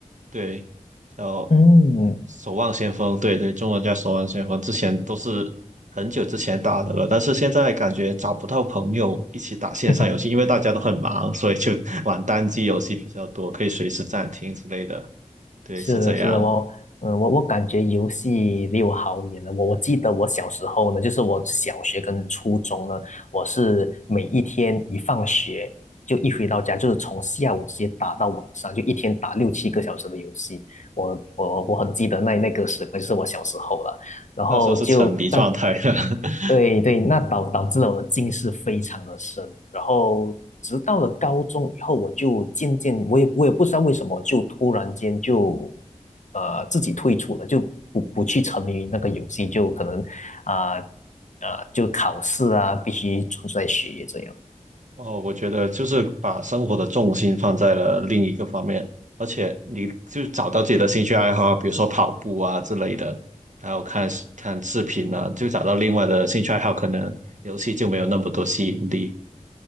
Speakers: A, on the right; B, on the left.
A: 对，叫
B: 嗯，
A: 守望先锋，对对，中文叫守望先锋，之前都是很久之前打的了，但是现在感觉找不到朋友一起打线上游戏，
B: <laughs>
A: 因为大家都很忙，所以就 <laughs> 玩单机游戏比较多，可以随时暂停之类的。对，
B: 是的，
A: 是这样。
B: 是的，我，嗯，我我感觉游戏离我好远了。我我记得我小时候呢，就是我小学跟初中呢，我是每一天一放学就一回到家，就是从下午直接打到晚上，就一天打六七个小时的游戏。我我我很记得那那个时光，就是我小时候了。然后就但
A: 那时候是沉迷状态的。<laughs>
B: 对对，那导导致了我的近视非常的深，然后直到了高中以后，我就渐渐我也我也不知道为什么，就突然间就呃自己退出了，就不不去沉迷于那个游戏，就可能啊啊、呃呃就考试啊必须专注在学业这样。
A: 哦，我觉得就是把生活的重心放在了另一个方面，而且你就找到自己的兴趣爱好，比如说跑步啊之类的，还有看看视频啊，就找到另外的兴趣爱好，可能游戏就没有那么多吸引力。